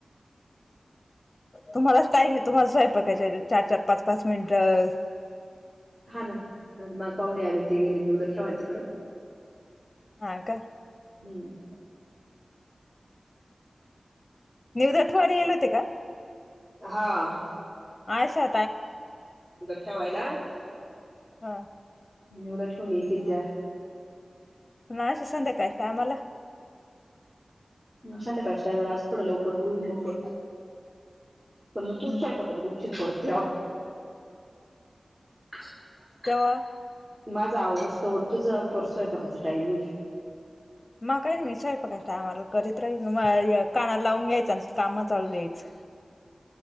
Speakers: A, on the left (about 35°); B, on the right (about 30°).
A: तुम्हालाचं टाईमं आहे, तुम्हाला स्वयंपाकाच्या चारं-चखर पाचं-पाचं मिनिटं
B: हां नां मला पाहुणे आले ते गेले नीउदं ठेवाले नं तिकडं. -
A: हांय कां
B: ह्म्म्म.
A: निवद ठेवायला गेले होते कां.
B: हांअ
A: अशा
B: ठेवायलाही. - <inaudible>
A: हांअ. -्
B: नैउद्या ठेऊून येतील त्यां.
A: नाई अशा संध्याकाळच्या टायमाहला.
B: मगं संधयाकाळच्या टायमला आज थोडं लवकर होईल मोकळ पणं मगं
A: हम्म
B: तू स्वयंपाकात. परत <inaudible>
A: तेंव्हां,
B: माझा आवरु स्तावर तुझा पण स्वंयपाकाचा टाइम होईलं.
A: माझं काही नाही मी स्वयपाकाच्या टायमाला करीत राहील म कानाला लावून घ्यायचं आणि काम चालू द्यायचं